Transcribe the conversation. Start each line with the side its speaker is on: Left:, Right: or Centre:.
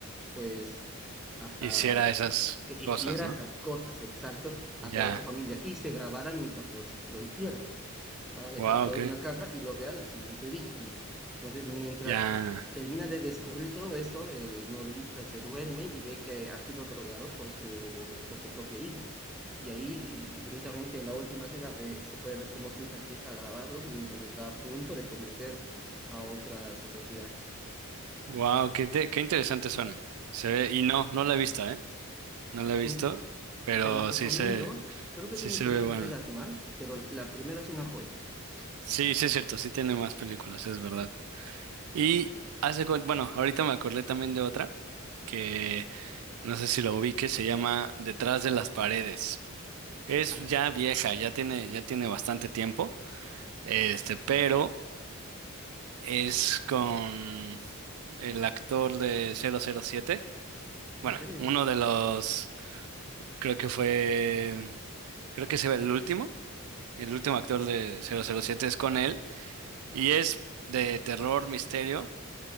Centre: pues a-
Right: Hiciera
Centre: a-
Right: esas
Centre: hiciera
Right: cosas, ¿no?
Centre: esas cosas, exacto, a
Right: Ya,
Centre: toda su familia y se grabara mientras lo, hici- lo hiciera. para dejar
Right: wow,
Centre: toda
Right: qué,
Centre: una caja y lo vea la siguiente víctima. Entonces, mientras
Right: ya,
Centre: termina de descubrir todo esto, el novelista se duerme y ve que ha sido drogado por su, por su propia hija. Y ahí y directamente en la última escena ve- se puede ver cómo su hija empieza a grabarlos mientras está a punto de cometer a otras atrocidades.
Right: wow, qué, te- qué interesante suena. Se ve, y no, no la he visto, ¿eh? No la he visto,
Centre: Mm,
Right: pero
Centre: Te la recomiendo.
Right: sí se,
Centre: Creo que
Right: sí
Centre: tiene
Right: se
Centre: tres
Right: ve
Centre: entregas
Right: buena.
Centre: más, pero la primera es una joya.
Right: Sí, sí es cierto, sí tiene más películas, es verdad. Y hace, cu- bueno, ahorita me acordé también de otra que no sé si lo ubique, se llama Detrás de las paredes. Es
Centre: A
Right: ya
Centre: ver,
Right: vieja, ya tiene, ya tiene bastante tiempo, este, pero es con el actor de cero cero siete, Bueno,
Centre: ¿en serio?
Right: uno de los, creo que fue, creo que se ve el último, el último actor de cero cero siete es con él, y es de terror, misterio,